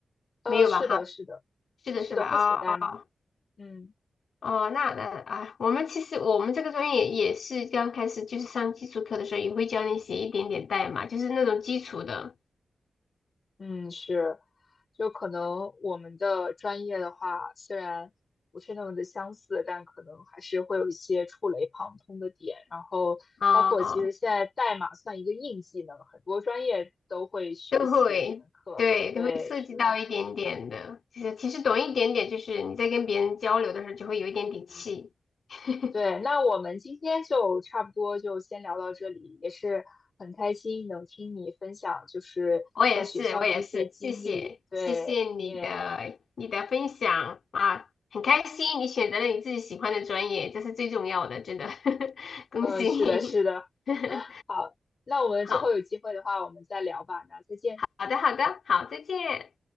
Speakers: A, on the left; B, on the left.
A: 呃，
B: 没有吧？
A: 是的，
B: 哈，
A: 是的。
B: 是的，
A: 是的，
B: 是吧？
A: 会携带吗？
B: 哦哦
A: 嗯
B: 哦，那那啊，我们其实我们这个专业也是刚开始就是上基础课的时候，也会教你写一点点代码，就是那种基础的。
A: 嗯，是，就可能我们的专业的话，虽然不是那么的相似，但可能还是会有一些触类旁通的点。然后，
B: 啊
A: 包括其实现在代码算一个硬技能，很多专业都会学习这门课。
B: 都会，对，
A: 对，
B: 都会涉及到一点点的。
A: 是，
B: 其实，其实懂一点点，就是你在跟别人交流的时候，就会有一点底气。
A: 嗯，
B: <laughs>
A: 对。那我们今天就差不多就先聊到这里，也是很开心能听你分享，就是在学校的这些经历。
B: 我也是，我也是，谢谢，
A: 对，
B: 谢谢你的你的分享啊，
A: 你也。
B: 很开心你选择了你自己喜欢的专业，这是最重要的，真的，<laughs> 恭喜你。
A: 呃，是的，是的。
B: <laughs>
A: 好，那我们之后有机会的话，
B: 好，
A: 我们再聊吧。那再见。
B: 好的，好的，好，再见。